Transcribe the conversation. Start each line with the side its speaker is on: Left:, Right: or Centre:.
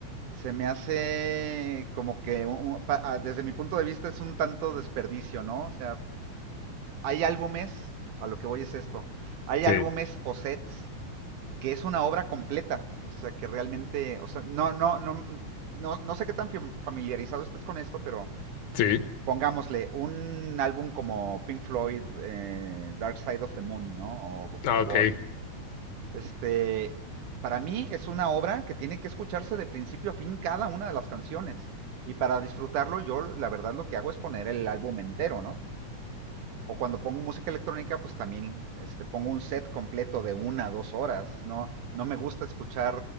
Right: se me hace como que un- un- pa- ah, desde mi punto de vista es un tanto desperdicio, ¿no? O sea, Hay álbumes, a lo que voy es esto, hay
Left: Sí,
Right: álbumes o sets que es una obra completa, o sea, que realmente, o sea, no, no, no, no, no sé qué tan familiarizado estés con esto, pero
Left: sí,
Right: pongámosle un álbum como Pink Floyd, eh, Dark Side of the Moon, ¿no? O, o
Left: ah,
Right: The Wall.
Left: ok,
Right: Este, para mí es una obra que tiene que escucharse de principio a fin cada una de las canciones. Y para disfrutarlo, yo la verdad lo que hago es poner el álbum entero, ¿no? O cuando pongo música electrónica, pues también este, pongo un set completo de una, dos horas. No, no me gusta escuchar